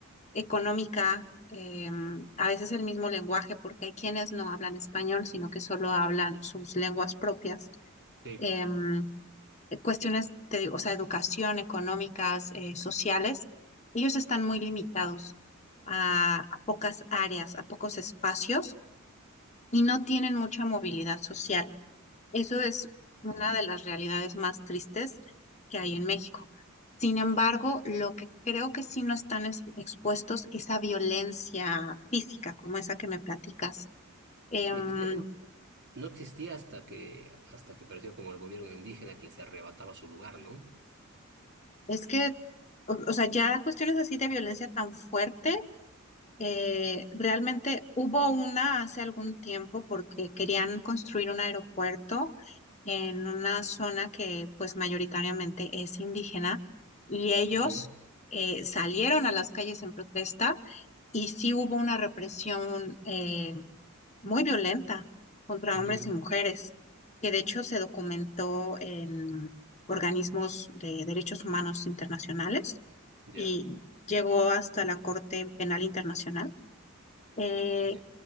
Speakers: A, on the left; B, on the right.
A: económica, eh, a veces el mismo lenguaje, porque hay quienes no hablan español, sino que solo hablan sus lenguas propias.
B: Sí,
A: Em,
B: pues.
A: cuestiones, te digo, o sea, educación, económicas, eh, sociales, ellos están muy limitados a, a pocas áreas, a pocos espacios y no tienen mucha movilidad social. Eso es una de las realidades más tristes que hay en México. Sin embargo, lo que creo que sí no están es- expuestos es a violencia física, como esa que me platicas. Em,
B: Sí, es que eh, no existía hasta que, hasta que apareció como el gobierno indígena que les arrebataba su lugar, ¿no?
A: es que, o, o sea, ya cuestiones así de violencia tan fuerte. Eh, realmente hubo una hace algún tiempo porque querían construir un aeropuerto en una zona que pues mayoritariamente es indígena y ellos
B: Ujú,
A: eh, salieron a las calles en protesta y sí hubo una represión eh, muy violenta contra
B: ujú.
A: hombres y mujeres que de hecho se documentó en organismos de derechos humanos internacionales
B: Ya,
A: y llegó hasta la Corte Penal Internacional eh,
B: ya.